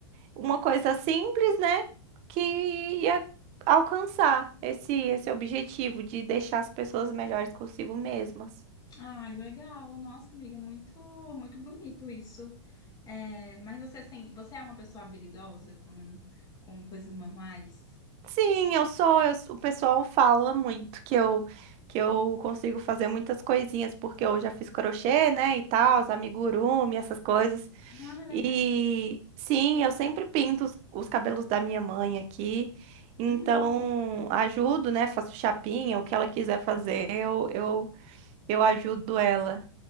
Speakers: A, on the right; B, on the left.
A: uma coisa simples, né? Que ia alcançar esse, esse objetivo de deixar as pessoas melhores consigo mesmas.
B: Ai, legal. Nossa, amiga, muito, muito bonito isso. É, Mas você, assim, você é uma pessoa habilidosa com, com coisas manuais?
A: Sim, eu sou, eu sou- o pessoal fala muito que eu que eu consigo fazer muitas coisinhas porque eu já fiz crochê, né, e tal, os amigurumi, essas coisas.
B: Ah, legal.
A: E sim, eu sempre pinto os, os cabelos da minha mãe aqui. Então,
B: Uhum.
A: ajudo, né, faço chapinha, o que ela quiser fazer, eu eu eu ajudo ela.